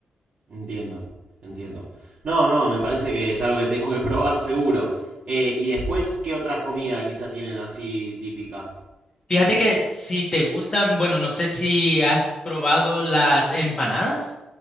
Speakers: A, on the right; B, on the left.
A: Entiendo, entiendo. No, no, me parece que es algo que tengo que probar seguro. Eh, y después, ¿qué otras comidas quizá tienen así típica?
B: Fíjate que si te gustan, bueno, no sé si has probado las empanadas